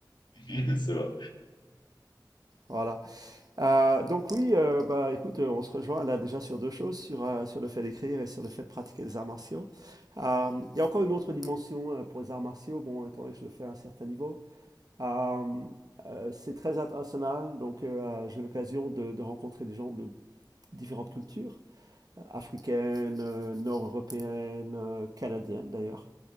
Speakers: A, on the left; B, on the right.
A: <laughs> C'est vrai.
B: Voilà. Euh, donc oui, euh, bah écoute, euh, on se rejoint là déjà sur deux choses, sur, euh, sur le fait d'écrire et sur le fait de pratiquer les arts martiaux. Euh, il y a encore une autre dimension euh, pour les arts martiaux, bon, étant donné que je le fais à un certain niveau. Euh, euh, c'est très international, donc euh, j'ai l'occasion de, de rencontrer des gens de différentes cultures, euh, africaines, euh, nord-européennes, euh, canadiennes d'ailleurs.